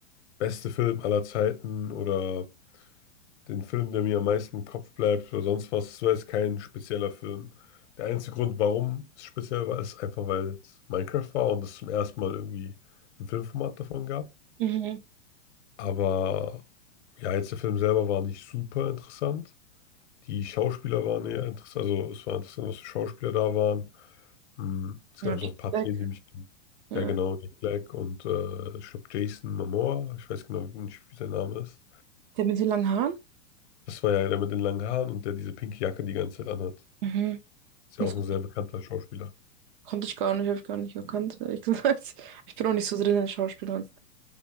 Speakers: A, on the left (about 65°); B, on the right (about 40°).
A: beste Film aller Zeiten oder den Film, der mir am meisten im Kopf bleibt oder sonst was. Es war jetzt kein spezieller Film. Der einzige Grund, warum es speziell war, ist einfach, weil es Minecraft war und es zum ersten Mal irgendwie ein Filmformat davon gab.
B: Mhm.
A: Aber ja, jetzt der Film selber war nicht super interessant. Die Schauspieler waren eher interessant. Also es war interessant, was für Schauspieler da waren. Hm, Es
B: Ja,
A: gab so
B: Jack
A: ein paar
B: Black.
A: Szenen, die mich.
B: Ja.
A: Ja, genau, Jack Black und äh, ich glaube Jason Momoa. Ich weiß genau nicht, wie sein Name ist.
B: Der mit den langen Haaren?
A: Das war ja der mit den langen Haaren und der diese pinke Jacke die ganze Zeit anhat.
B: Mhm.
A: Ist ja
B: Das
A: auch ein sehr bekannter Schauspieler.
B: konnte ich gar nicht, habe ich gar nicht erkannt, ehrlich <laughs> gesagt. Ich bin auch nicht so drin in den Schauspielern.